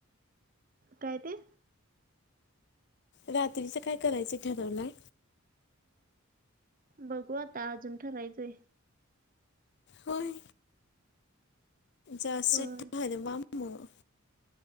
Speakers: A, on the right; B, on the left.
A: काय ते.
B: रात्रीचं काय करायचं ठरवलाय.
A: बघू आता, अजून ठरायचंय.
B: होय, जास्त
A: होय.
B: <unintelligible> ठरवा मग